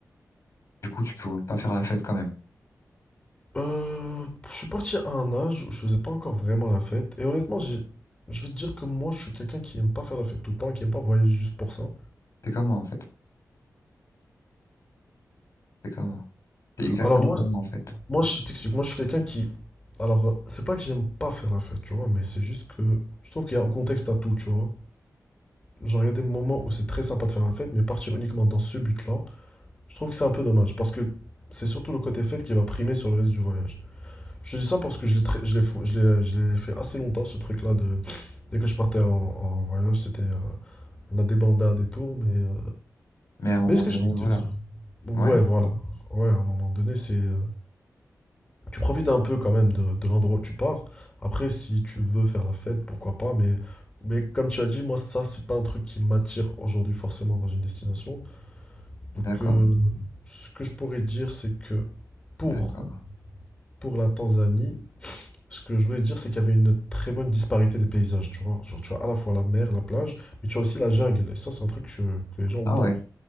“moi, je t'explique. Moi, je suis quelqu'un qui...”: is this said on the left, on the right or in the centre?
Left